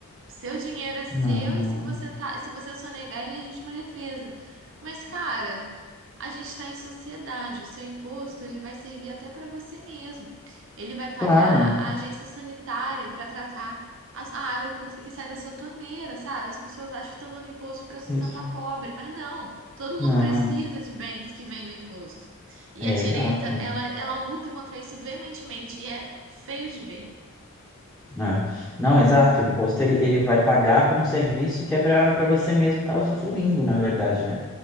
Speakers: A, on the right; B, in the centre.
A: O seu dinheiro é seu
B: Não, não.
A: e se você
B: é.
A: tá, se você sonegar, é legítima defesa. Mas, cara, a gente está em sociedade, o seu imposto ele vai servir até para você mesmo. Ele vai pagar
B: Claro.
A: a agência sanitária para tratar a, a água que você que sai da sua torneira, sabe? As pessoas acham que estão dando imposto para sustentar
B: Isso.
A: pobre, mas não. Todo mundo
B: Não.
A: precisa de bens que vêm do imposto. E a
B: É
A: direita,
B: exato.
A: ela, ela luta contra isso veementemente e é feio de ver.
B: É. Não, exato. O imposto ele, ele vai pagar por um serviço que é para para você mesmo estar usufruindo, na verdade, né?